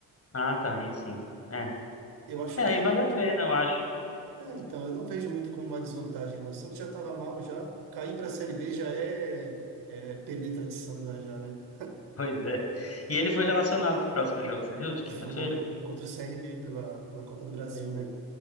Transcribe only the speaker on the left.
Ah, tá, aí sim. É.
É,
aí vale a pena,
eu acho. <laughs>
Pois é. E ele foi relacionado pro próximo jogo, você viu? De
quinta-feira?
Entendi.